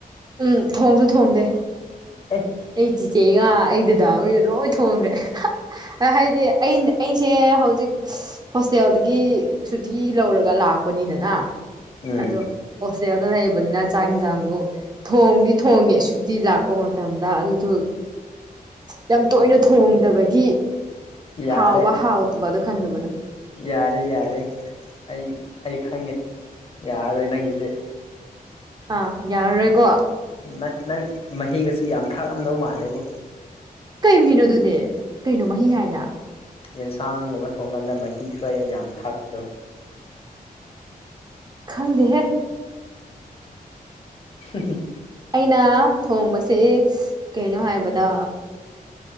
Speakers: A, on the right; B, on the left.
A: ꯎꯝ ꯊꯣꯡꯁꯨ ꯊꯣꯡꯗꯦ
B: ꯑꯦ
A: ꯑꯩ ꯆꯤꯆꯦꯒ ꯑꯩꯗꯨꯗꯥ ꯑꯩꯗ ꯂꯣꯏ ꯊꯣꯡꯈ꯭ꯔꯦ ꯍꯥꯏꯗꯤ ꯑ ꯑꯩꯁꯦ ꯍꯧꯖꯤꯛ ꯍꯣꯁꯇꯦꯜꯗꯒꯤ ꯁꯨꯇꯤ ꯂꯧꯔꯒ ꯂꯥꯛꯄꯅꯤꯗꯅ
B: ꯎꯝ
A: ꯑꯗꯣ ꯍꯣꯁꯇꯦꯜꯗ ꯂꯩꯕꯅꯤꯅ ꯆꯥꯛ ꯌꯦꯟꯁꯥꯡꯕꯨ ꯊꯣꯡꯗꯤ ꯊꯣꯡꯉꯦ ꯤ ꯂꯥꯛꯄ ꯃꯇꯝꯗ ꯑꯗꯨꯁꯨ ꯌꯥꯝ ꯇꯣꯏꯅ ꯊꯣꯡꯗꯕꯒꯤ
B: ꯌꯥꯔꯦ
A: ꯍꯥꯎꯕ ꯍꯥꯎꯇꯕꯗꯣ ꯈꯪꯗꯕꯗꯣ
B: ꯌꯥꯔꯦ ꯌꯥꯔꯦ ꯑꯩ ꯑꯩ ꯈꯪꯉꯦ ꯌꯥꯔꯣꯏ ꯅꯪꯒꯤꯁꯦ
A: ꯑꯥ ꯌꯥꯔꯔꯣꯏꯀꯣ
B: ꯅꯪ ꯅꯪ ꯃꯍꯤꯒꯁꯨ ꯌꯥꯝ ꯊꯥꯛꯑꯝꯗꯧ ꯃꯥꯜꯂꯦꯕ
A: ꯀꯩ ꯃꯍꯅꯣꯗꯨꯅꯦ ꯀꯩꯅꯣ ꯃꯍꯤ ꯍꯥꯏꯅ
B: ꯌꯦꯟꯁꯥꯡꯒꯨꯝꯕ ꯊꯣꯡꯀꯥꯟꯗ ꯃꯍꯤ ꯈꯔ ꯌꯥꯝ ꯊꯥꯛꯄꯗꯣ
A: ꯈꯪꯗꯦꯍꯦ
B: ꯁ ꯁꯦꯠ
A: ꯑꯩꯅ ꯊꯣꯡꯕꯁꯦ ꯀꯩꯅꯣ ꯍꯥꯏꯕꯗ